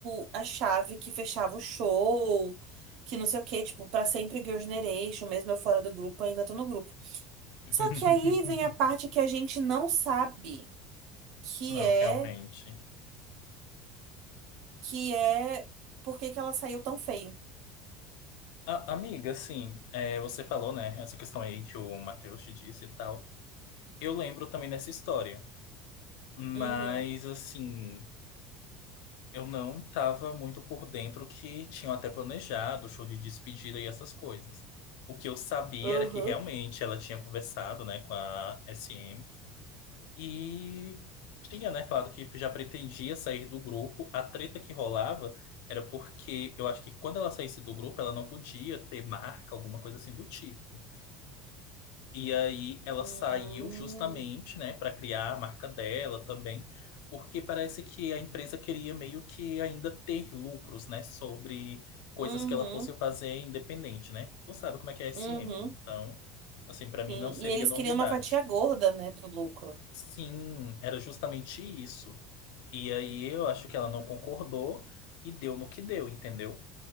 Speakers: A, on the right; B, on the left.
A: o- a chave que fechava o show, que não sei o quê, tipo, pra sempre Girls' Generation, mesmo eu fora do grupo, ainda tô no grupo.
B: <laughs>
A: Só que aí vem a parte que a gente não sabe, que
B: Não,
A: é,
B: realmente.
A: que é, por que que ela saiu tão feio.
B: A- amiga, assim, é, você falou, né, essa questão aí que o Matheus te disse e tal. Eu lembro também dessa história. Mas,
A: Uhum.
B: assim. Eu não estava muito por dentro que tinham até planejado show de despedida e essas coisas. O que eu sabia
A: Aham.
B: era que realmente ela tinha conversado, né, com a SM e tinha, né, falado que já pretendia sair do grupo. A treta que rolava era porque eu acho que quando ela saísse do grupo, ela não podia ter marca, alguma coisa assim do tipo. E aí ela
A: Hum,
B: saiu justamente, né, para criar a marca dela também, porque parece que a empresa queria meio que ainda ter lucros, né, sobre coisas
A: uhum,
B: que ela fosse fazer independente, né? Tu sabe como é que é a SM,
A: uhum,
B: então, assim, para mim
A: sim.
B: não seria
A: E eles
B: novidade.
A: queriam uma fatia gorda, né, do lucro.
B: Sim, era justamente isso. E aí eu acho que ela não concordou e deu no que deu, entendeu?